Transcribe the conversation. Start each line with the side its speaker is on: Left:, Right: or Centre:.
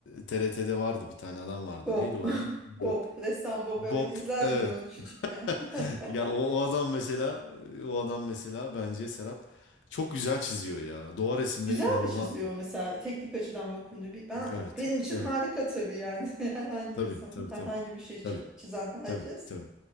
Left: TRT'de vardı bir tane adam vardı.
Centre: Bob.
Left: Neydi o
Centre: <laughs>
Left: adam? Bob.
Centre: Bob. Ressam Bob.
Left: Bob
Centre: Evet izlerdim
Left: evet.
Centre: ben onu küçükken. <laughs>
Left: <laughs> Ya o, o adam mesela o adam mesela bence Serap çok güzel çiziyor ya. Doğa resimleri
Centre: Güzel
Left: inanılmaz.
Centre: mi çiziyor mesela teknik açıdan bakınca? Bir- Ben
Left: Evet.
Centre: benim için
Left: Evet.
Centre: harika tabii yani <laughs> herhangi
Left: Tabii
Centre: bir insan
Left: tabii
Centre: herhangi
Left: tabii.
Centre: bir şey çi-
Left: Tabii.
Centre: çizen herkes.
Left: Tabii tabii.